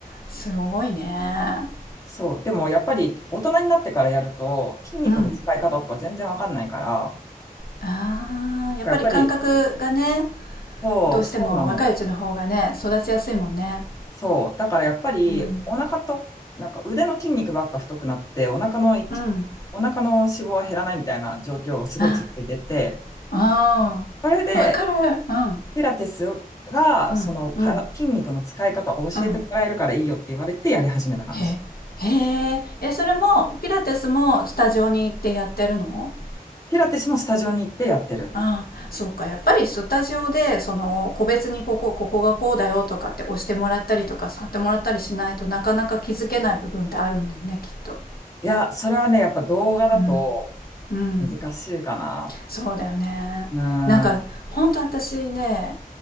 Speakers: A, on the left; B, on the left.
A: すごいね
B: そう。でもやっぱり大人になってからやると筋肉の使い方とか全然わかんないから、
A: うんああやっぱり感覚がね
B: なんかやっぱり、そう、
A: どうしても若いうちの方がね育ちやすいもんね
B: そうなの。そう。だからやっぱり、
A: うん
B: お腹と、なんか腕の筋肉ばっか太くなって、お腹のいき、
A: うん
B: お腹の脂肪は減らないみたいな状況がすごい続いてて、
A: ああーわかるうん
B: それで、ピラティスが、
A: うんうん
B: そのから筋肉の使い方を教えてもらえるからいいよって言われてやり始めた感じ。
A: うんへへええそれもピラティスもスタジオに行ってやってるの
B: ピラティスもスタジオに行ってやってる。
A: ああ、そうか。やっぱりスタジオで、その、個別にここ、ここがこうだよとかって押してもらったりとか、触ってもらったりしないとなかなか気づけない部分ってあるんだよね、きっと。
B: いや、それはね、やっぱ動画だと
A: うん。うん。
B: 難しいかな。
A: そうだよね。
B: うーん。
A: なんか、本当私ね、